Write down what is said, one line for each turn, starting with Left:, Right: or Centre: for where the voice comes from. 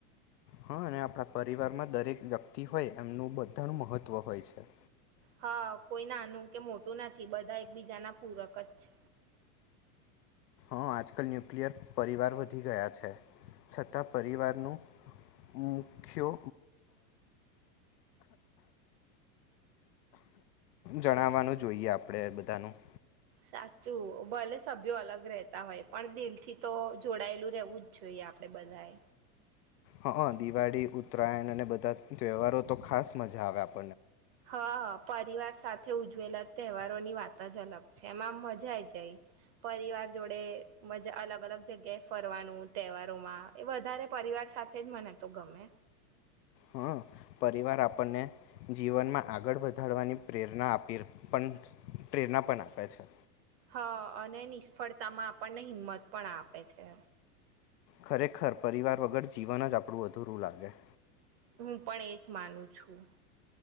Left: હા અને આપણા પરિવારમાં દરેક વ્યક્તિ હોય એમનું બધાનું મહત્વ હોય છે
Right: હા કોઈ નાનું કે મોટું નથી બધા એકબીજાના પૂરક જ છે
Left: આજકાલ ન્યુક્લિયર પરિવાર વધી ગયા છે છતાં પરિવારનું મુખ્ય જણાવવાનું જોઈએ આપણેે બધાનું
Right: સાચું ભલે સભ્યો અલગ રહેતા હોય પણ દિલ થી તો જોડાયેલું રહેેવું જ જોઈએ આપડે બધાએ
Left: હા દિવાળી ઉત્તરાયણ અને બધા તહેવારો તો ખાસ મજા આવે આપ
Right: હા હ પરિવાર સાથે ઉજવેલા તહેવારોની વાત જ અલગ છે એમાંમ મજા જાય પરિવાર જોડે મજા અલગ અલગ જગ્યાએ ફરવાનું તહેવારોમાં એ વધારે પરિવાર સાથે જ મને તો ગમે
Left: હં પરિવાર આપણને જીવનમાં આગળ વધારવાની પ્રેરણા આપી પણ પ્રેરણા પણ આપે છે
Right: હા અને નિષ્ફળતામાં આપણને હિંમત પણ આપે છે
Left: ખરેખર પરિવાર વગર જીવન જ આપણું અધૂરું લાગે
Right: હું પણ એજ માનું છું